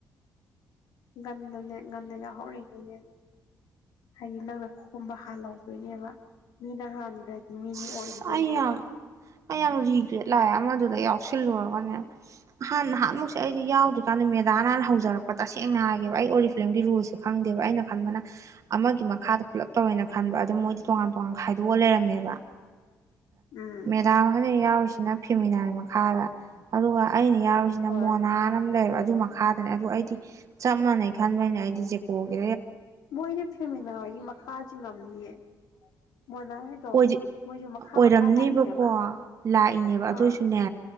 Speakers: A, on the left; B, on the right.
A: ꯉꯟꯅꯅꯦ ꯉꯟꯅ ꯌꯥꯎꯍꯧꯔꯤꯈꯩꯅꯦ ꯍꯌꯦꯗꯤ ꯅꯪꯅ ꯈꯣꯝꯕ ꯍꯜꯍꯧꯗꯣꯏꯅꯦꯕ ꯃꯤꯅ ꯍꯥꯟꯗ꯭ꯔꯗꯤ ꯃꯤꯒꯤ
B: ꯑꯁ
A: ꯑꯣꯏꯈꯤꯗꯣꯏꯑꯕ
B: ꯑꯩ ꯌꯥꯝ ꯑꯩ ꯌꯥꯝ ꯔꯤꯒ꯭ꯔꯦꯠ ꯂꯥꯛꯑꯦ ꯑꯃꯗꯨꯗ ꯌꯥꯎꯁꯤꯜꯂꯨꯔꯒꯅꯦ ꯅꯍꯥꯟ ꯅꯍꯥꯟꯃꯨꯛꯁꯦ ꯑꯩꯗꯤ ꯌꯥꯎꯗ꯭ꯔꯤꯀꯥꯟꯗ ꯃꯦꯗꯥꯅꯥꯟ ꯍꯧꯖꯔꯛꯄ ꯇꯁꯦꯡꯅ ꯍꯥꯏꯒꯦꯕ ꯑꯩ ꯑꯣꯔꯤ ꯐꯤꯂꯝꯒꯤ ꯔꯨꯜꯁꯦ ꯈꯪꯗꯦꯕ ꯑꯩꯅ ꯈꯟꯕꯅ ꯑꯃꯒꯤ ꯃꯈꯥꯗ ꯄꯨꯂꯞ ꯇꯧꯋꯦꯅ ꯈꯟꯕ ꯑꯗꯨꯣ ꯃꯣꯏꯗꯤ ꯇꯣꯉꯥꯟ ꯇꯣꯉꯥꯟ ꯈꯥꯏꯗꯣꯛꯑ ꯂꯩꯔꯝꯃꯦꯕ
A: ꯎꯝ
B: ꯃꯦꯗꯥ ꯍꯣꯏꯅ ꯌꯎꯔꯤꯁ ꯁꯤꯅ ꯐꯤꯃꯤꯅꯥꯏ ꯃꯈꯥꯗ ꯑꯗꯨꯒ ꯑꯩꯅꯤ ꯍꯧꯁꯤ ꯅ
A: ꯍꯣꯏ
B: ꯃꯣꯅꯥꯅ ꯑꯃ ꯂꯩꯕ ꯑꯗꯨ ꯃꯈꯥꯗꯅꯦ ꯑꯗꯨ ꯑꯩꯗꯤ ꯆꯞ ꯃꯥꯟꯅꯩ ꯈꯟꯕꯩꯅꯦ ꯑꯩꯗꯤ ꯖꯦꯀꯣꯒꯤ
A: ꯃꯣꯏꯅ ꯐꯤꯃꯤꯅꯥ ꯍꯣꯏꯒꯤ ꯃꯈꯥ ꯆꯤꯡ ꯉꯝꯅꯤꯌꯦ ꯃꯣꯅꯥ ꯍꯣꯏꯗꯣ
B: ꯗꯤ
A: ꯃꯣꯏꯁꯨ ꯃꯈꯥ
B: ꯑꯣꯏꯔꯝꯅꯦꯕꯀꯣ
A: ꯃꯈꯥ ꯂꯥꯛꯏꯅꯦꯕ
B: ꯂꯥꯛꯏꯅꯦꯕ
A: ꯑꯥ
B: ꯑꯗꯨꯑꯣꯏꯁꯨꯅꯦ